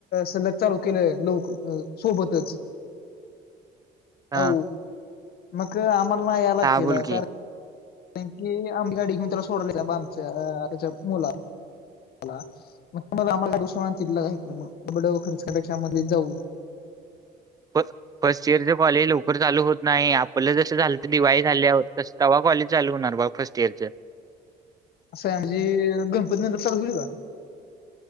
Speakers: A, on the left; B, on the right.
A: सलग चालू केलंय लोक सोबतच
B: हा
A: अ मग आम्हाला ना या लागतला
B: हा बोल की.
A: कार ईकी आंग गांडी मी तुलां सोडून दीला बां आमच्यां आत्यांच्या मुलां लां मंग तमलां आम्हांला दुंस तऐक मंग ड खर्च करंपेक्षा मध्यें जाऊं
B: बरं फर्स्ट इयरचे कॉलेज लवकरं चालूं होतं नाहीं आपलं जसं झालं तरं दिवाळी झाल्यांत तसं तेंव्हा कॉलेज चालूं होणारं बां फर्स्ट इयंरचे
A: असं आहे म्हंणजे गणपती नंतर चालूं होईलं कां